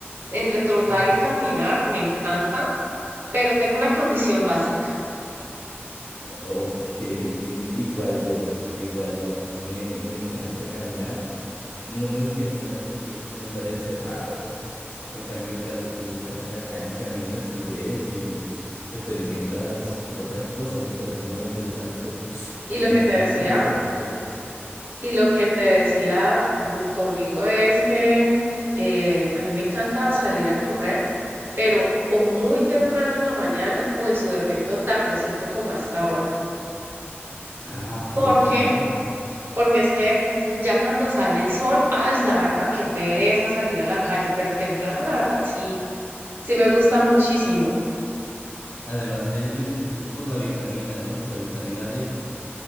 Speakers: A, on the right; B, on the left.
A: Entre trotar
B: Ah.
A: y caminar me encanta, pero tengo una condición básica.
B: Ok, <laughs> igual yo, igual yo. A mí me, me encanta caminar. No me gusta el gimnasio porque es como estar encerrado. En cambio, cuando tú estás en la calle, caminas y ves y experimentas otras cosas, me parece más interesante <sniffs>
A: Y
B: eh,
A: lo que
B: caminar,
A: te decía
B: hacer cardio.
A: Y lo que te decía mm, conmigo es que eh, a mí me encanta salir a correr, pero o muy temprano en la mañana o en su defecto tardecito como a esta hora.
B: Ah, ok,
A: ¿Por
B: claro.
A: qué? Porque es que ya cuando sale el sol, ay, la verdad, qué pereza salir a la calle, pero temprano la verdad sí, sí me gusta muchísimo.
B: Además es beneficioso por la vitamina, ¿no? Por la vitamina D.